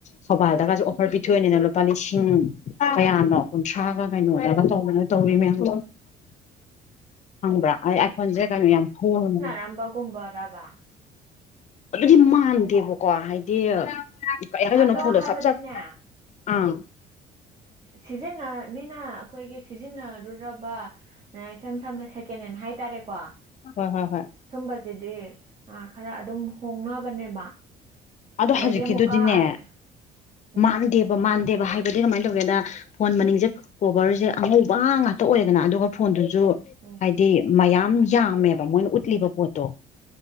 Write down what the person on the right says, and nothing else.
ꯔꯥꯝꯕꯒꯨꯝꯕ ꯔꯥꯕ
ꯑꯗꯣ
ꯍꯥꯏꯕꯗꯤꯅꯦ
ꯁꯤꯖꯤꯟꯅ ꯃꯤꯅ ꯑꯩꯈꯣꯏꯒꯤ ꯁꯤꯖꯤꯟꯅꯔꯨꯔꯕ ꯏꯁꯝ ꯁꯝꯅ ꯁꯦꯀꯦꯟ ꯍꯦꯟ ꯍꯥꯏꯇꯥꯔꯦꯀꯣ
ꯁꯨꯝꯕꯁꯤꯗꯤ ꯑ ꯈꯔ ꯑꯗꯨꯝ ꯍꯣꯡꯅꯕꯅꯦꯕ
ꯑꯗꯒꯤ
ꯑꯃꯨꯛꯀ ꯑꯥꯏ ꯎꯝ
<unintelligible>